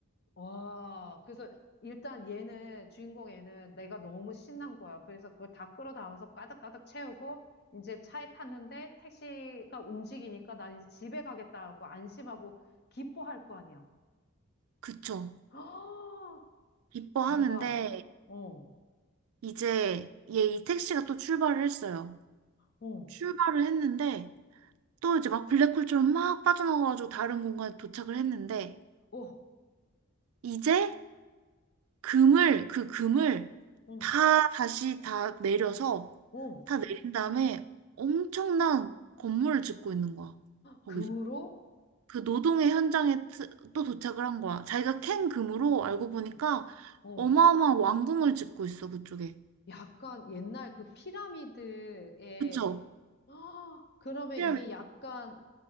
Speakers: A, on the left; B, on the right.
A: 와, 그래서 일단 얘는, 주인공 얘는 내가 너무 신난 거야. 그래서 그걸 다 끌어다면서 까닥까닥 채우고 이제 차에 탔는데 택시가 움직이니까 난 이제 집에 가겠다고 안심하고 기뻐할 거 아니야.
B: 그쵸?
A: <gasps> 아,
B: 기뻐하는데
A: 대박. 어,
B: 이제 얘 이 택시가 또 출발을 했어요.
A: 어,
B: 출발을 했는데 또 이제 막 블랙홀처럼 막 빠져나가가지고 다른 공간에 도착을 했는데
A: 어,
B: 이제 금을 그 금을
A: 어,
B: 다 다시 다 내려서
A: 어.
B: 다 내린 다음에 엄청난 건물을 짓고 있는 거야. 거기서
A: 금으로?
B: 그 노동의 현장에 트- 또 도착을 한 거야. 자기가 캔 금으로 알고 보니까
A: 어. 어.
B: 어마어마한 왕궁을 짓고 있어 그쪽에.
A: 약간 옛날 그 피라미드에,
B: 그쵸?
A: 아, 그러면
B: 피라미드.
A: 이게 약간,